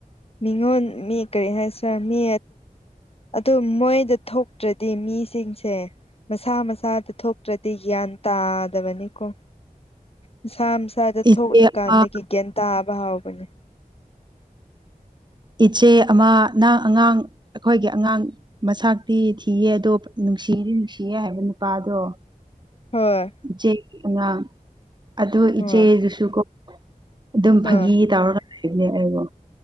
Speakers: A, on the left; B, on the right.
A: ꯃꯤꯉꯣꯟ ꯃꯤ ꯀꯔꯤ ꯍꯥꯏꯁꯤꯔ ꯃꯤ ꯑꯗꯨ ꯃꯣꯏꯗ ꯊꯣꯛꯇ꯭ꯔꯗꯤ ꯃꯤꯁꯤꯡꯁꯦ ꯃꯁꯥ ꯃꯁꯥꯗ ꯊꯣꯛꯇ꯭ꯔꯗꯤ ꯒ꯭ꯌꯥꯟ ꯇꯥꯗꯕꯅꯤꯀꯣ ꯃꯁꯥ ꯏꯁꯥꯗ
B: ꯏꯆꯦ
A: ꯊꯣꯛꯂꯀꯥꯟꯗꯒꯤ
B: ꯑꯃ
A: ꯒ꯭ꯌꯥꯟ ꯇꯥꯕ ꯍꯥꯎꯕꯅꯦ
B: ꯏꯆꯦ ꯑꯃ ꯅ ꯑꯉꯥꯡ ꯑꯩꯈꯣꯏꯒꯤ ꯑꯉꯥꯡ ꯃꯁꯇꯤ ꯊꯤꯌꯦ ꯑꯗꯣ ꯅꯨꯡꯁꯤꯗꯤ ꯅꯨꯡꯁꯤꯌꯦ ꯍꯥꯏꯕ ꯅꯨꯄꯥꯗꯣ
A: ꯍꯣꯏ
B: ꯏꯆꯦ ꯑꯉꯥꯡ ꯑꯣ
A: ꯍꯣꯏ
B: ꯏꯆꯦꯗꯨꯁꯨ ꯀ ꯑꯗꯨꯝ
A: ꯍꯣꯏ
B: ꯐꯥꯒꯤ ꯇꯧꯔ ꯂꯩꯕꯅꯦ ꯑꯩꯕꯨ